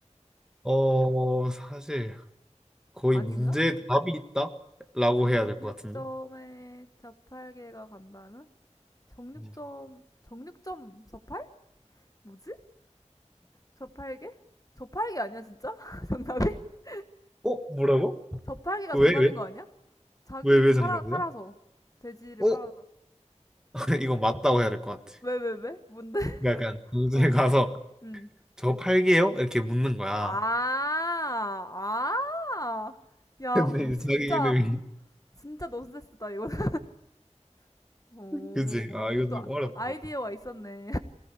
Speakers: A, in the centre; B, on the left (about 30°).
A: 어, 사실 거의
B: 아닌가?
A: 문제에 답이 있다라고
B: 정육점에
A: 해야 될 것 같은데.
B: 자팔개가 간다면? 정육점,
A: 음.
B: 정육점 저팔? 뭐지? 저팔계? 저팔계 아니야 진짜? <laughs> 정답이? <laughs>
A: 어, 뭐라고?
B: 저팔계가
A: 왜,
B: 정답인
A: 왜?
B: 거 아니야? 자기를
A: 왜, 왜
B: 팔아
A: 정답이야?
B: 팔아서 돼지를
A: 어?
B: 팔아서
A: <laughs> 이거 맞다고 해야 될 것 같아.
B: 왜 왜 왜? 뭔데? <laughs>
A: 그러니까 약간 동생에
B: 어,
A: 가서
B: 음.
A: 저거 팔게요? 이렇게 묻는 거야.
B: 아, 아, 야,
A: 근데 이제
B: 진짜
A: 자기 이름이
B: 진짜 논센스다 이거. 는 <laughs> 오,
A: <laughs> 그지? 아
B: 이것도
A: 이거 좀
B: 아-
A: 어렵다.
B: 아이디어가
A: 어?
B: 있었네.